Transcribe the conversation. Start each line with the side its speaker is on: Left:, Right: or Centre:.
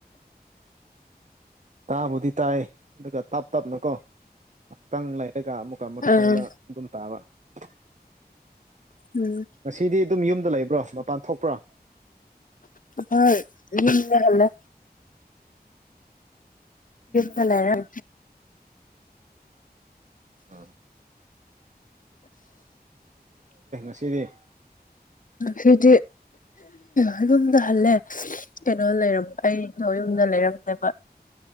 Right: ꯇꯕꯨꯗꯤ ꯇꯑ ꯑꯗꯨꯒ ꯇꯞ ꯇꯞꯅꯀꯣ ꯉꯥꯏꯍꯥꯛꯇꯪ ꯂꯩꯔꯒ ꯑꯃꯨꯛꯀ ꯑꯃꯨꯛꯇꯪꯗ
Left: ꯑꯥ
Right: ꯑꯗꯨꯝ ꯇꯥꯕ <unintelligible>
Left: ꯎꯝ
Right: ꯉꯁꯤꯗꯤ ꯑꯗꯨꯝ ꯌꯨꯝꯗ ꯂꯩꯕ꯭ꯔꯣ ꯃꯄꯥꯟ ꯊꯣꯛꯄ꯭ꯔꯥ
Left: ꯍꯣꯏ ꯌꯨꯝꯗ ꯍꯜꯂꯦ
Right: ꯎꯝ
Left: ꯀꯜ ꯍꯥꯏ
Right: ꯑꯥ ꯑꯁꯤꯗꯤ
Left: ꯁꯤꯗꯤ ꯍꯂꯝꯗ ꯍꯜꯂꯦ ꯀꯩꯅꯣ ꯂꯩꯔ ꯑꯩꯗ ꯌꯨꯝꯗ ꯂꯩꯔꯝꯗꯕ